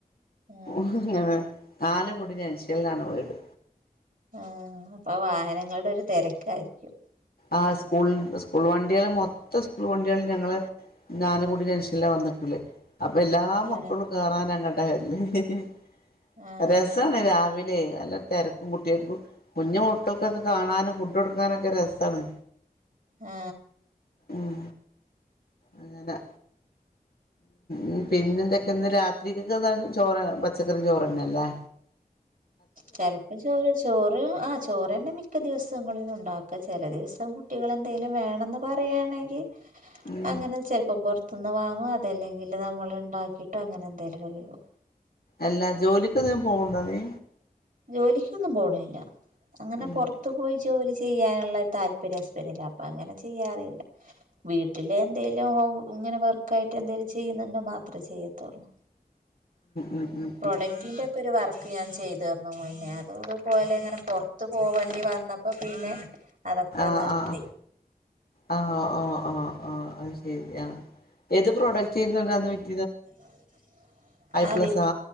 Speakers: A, on the right (about 60°); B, on the left (about 80°).
A: ആഹ്
B: അതെ നാലും കൂടിയ ജംഗ്‌ഷനിലാണ് വീട്
A: ആഹ് അപ്പൊ വാഹനങ്ങളുടെ ഒരു തിരക്കായിരി ക്കും
B: ആഹ് സ്കൂളിന്റെ സ്കൂൾ വണ്ടികള് മൊത്തം സ്കൂൾ വണ്ടികളും ഞങ്ങളെ നാലും കൂടിയ ജംഗ്‌ഷനിലാ വന്ന് നിക്കല്. അപ്പൊ എല്ലാ
A: ആഹ്
B: മക്കളും കേറാനങ്ങ <unintelligible>
A: ആഹ്
B: രസാണ് രാവിലേയ നല്ല തെരക്കും കുട്ടികക്കും കുഞ്ഞു മക്കൾക്കൊക്കെ കാണാനും ഫുഡ് കൊടുക്കാനൊക്കെ രസ് തന്നെ
A: ആ
B: ഉം അങ്ങനെ ഉ പിന്നെ എന്തൊക്കെ ഇന്ന് രാത്രി കക്ക് ചോറ് പച്ചക്കറിം ചോറ്ന്നെല്ലേ
A: ചിലപ്പം ചോറ് ചോറ് ആ ചോറ് തന്നെ മിക്ക ദിവസങ്ങളിലുണ്ട് അ ഒക്കെ ചില ദിവസം കുട്ടികൾ എന്തെങ്കിലും വേണെന്ന് പറയുകയാണെങ്കിൽ
B: ഉം
A: അങ്ങനെ ചെലപ്പം പുറ പുറത്ത്ന്ന് വാങ്ങും അതല്ലെങ്കിൽ നമ്മൾ ഉണ്ടാക്കിട്ടോ അങ്ങനെ എന്തേലൊക്ക തിന്നും
B: അല്ല ജോലിക്ക് എൻതിനെൻ പോവണ്ട നീ
A: ജോലിക്കൊന്നും പോണില്ല അങ്ങനെ
B: ഉം
A: പുറത്തു പോയി ജോലി ചെയ്യാനുള്ള താല്പര്യം ഹസ്ബന്റിന് ഇല്ല അപ്പം അങ്ങനെ ചെയ്യാറില്ല വീട്ടിലെ എന്തെലും ഇങ്ങനെ വർക്കായിട്ട് എന്തേലും ചെയ്യുന്നുണ്ടോ മാത്രമേ ചെയ്യത്തോുള്ളൂ
B: ഉം ഉം
A: പ്രൊഡക്റ്റിന്റെ ഒക്കെ ഒരു വർത്ത ഒക്കെ ഞാൻ ചെയ്തു ന്നെ അതുംത്പോലെ ഇ <inaudible> ത്ത് പോവേണ്ടി വന്നപ്പോ പിന്നെ അതൊക്കെ
B: ആഹ
A: നിർത്തി
B: ആഹ ആ ആഹ ആഹ ആഹ ആ അത് ശരി ആ ഏത് പ്രോഡക്റ്റ് ചെയ്യുന്നത
A: ആ <unintelligible>
B: പ്ലസാ